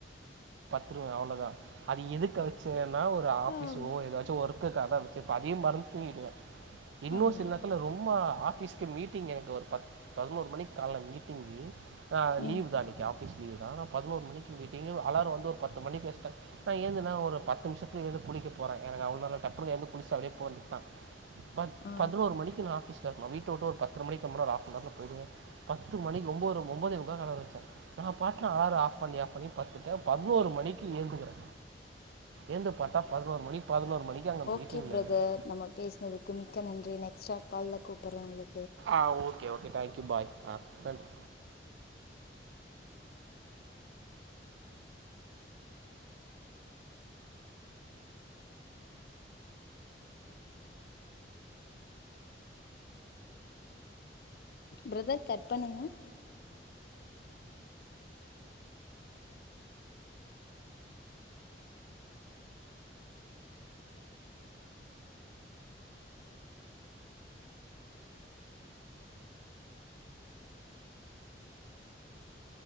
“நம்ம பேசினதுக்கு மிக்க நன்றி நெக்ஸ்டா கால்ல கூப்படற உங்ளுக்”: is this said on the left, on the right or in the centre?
Left